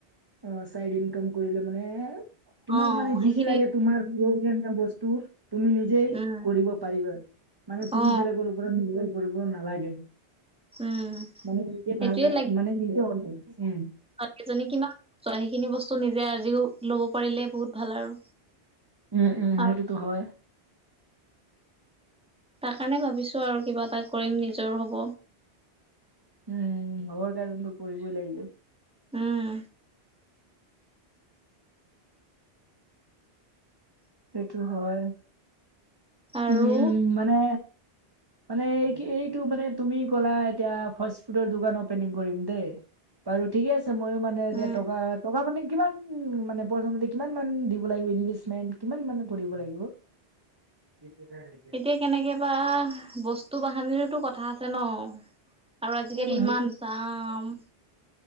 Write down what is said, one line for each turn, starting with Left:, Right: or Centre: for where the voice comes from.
Right: অঁ, চাইড ইনকাম কৰিলে মানে তোমাক
Centre: অ
Right: মানে
Centre: সেইখিনি
Right: যি যি লাগে তোমাৰ প্ৰয়োজনীয় বস্তু, তুমি নিজেই
Centre: উম
Right: কৰিব পাৰিবা মানে তুমি
Centre: অ
Right: বেলেগৰ ওপৰত নিৰ্ভৰ কৰিব নালাগে।
Centre: উম
Right: মানে নিজে
Centre: সেইটোয়ে
Right: ভাল দা মানে নিজে অধি ওম।
Centre: কেইজনী কিমান? চ সেইখিনি বস্তু নিজে আজিও লব পাৰিলে বহুত ভাল আৰু।
Right: উম উম সেইটোতো
Centre: আৰু
Right: হয়।
Centre: তাৰ কাৰণে ভাবিছো আৰু কিবা এটা কৰিম নিজৰ হ'ব।
Right: উম হব দে যোনটো কৰিব লাগিব।
Centre: উম।
Right: সেইটো হয়।
Centre: আৰু
Right: উম মানে মানে এই কি এইটো মানে তুমি ক'লা এতিয়া ফাচ ফুডৰ দোকান অপেনিং কৰিম দেই বাৰু ঠিকে আছে মইও মানে এতিয়া
Centre: উম
Right: টকা - টকা মানে কিমান উম মানে প্ৰথমতে কিমান মান দিব লাগিব ইনভেষ্টমেণ্ট কিমান মান কৰিব লাগিব? কি কৈছে?
Centre: এতিয়া কেনেকে বা বস্তু বাহানিৰতো কথা আছে ন? আৰু আজিকালি
Right: অ সেইটো
Centre: ইমান দাম।